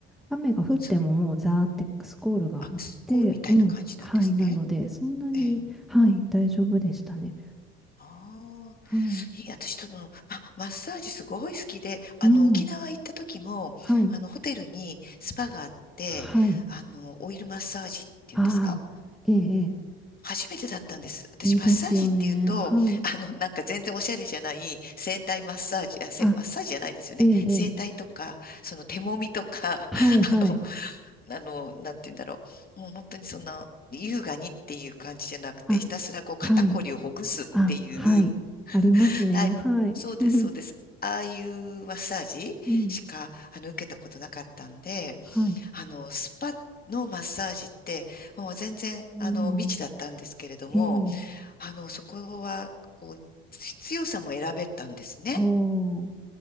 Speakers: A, in the centre; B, on the left.
A: 雨が降ってももうザーってスコールが降って、
B: さ、あ、スコールみたいな感じなんですね。
A: うん。はい。なので、そんなに、
B: ええ。
A: はい、大丈夫でしたね。
B: ああ。
A: はい。
B: いい私、その、ま、マッサージすごい好きで、あの、
A: うん。
B: 沖縄行った時も、
A: はい。
B: あの、ホテルにスパがあって、
A: はい。
B: あの、オイルマッサージっていうんですか
A: ああ、ええ、ええ
B: 初めてだったんです。私、
A: いいですよね。
B: マッサージっていうと、
A: はい。
B: あの、なんか全然おしゃれじゃない、整体マッサージ、あ、せ、
A: あ、
B: マッサージじゃないですよね。
A: ええ、
B: 整体とか、
A: ええ
B: その手揉みとか、
A: はい、
B: <laughs>
A: はい。
B: あの、あの、なんて言うんだろう。もう本当にそんな、優雅にっていう感じじゃなくて、
A: あ、
B: ひたすらこう肩こりをほぐすっていう、
A: はい。あ、はい。ありますね。
B: タイプ。
A: はい。
B: そうです、
A: <laughs> ふふ
B: そうです。ああいうマッサージしか、
A: うん。
B: あの、受けたことなかったんで、
A: はい。
B: あの、スパのマッサージって、もう全然、
A: うん。
B: あの、未知だったんですけれども、
A: ええ。
B: あの、そこは、こう、必要さも選べたんですね。
A: おー。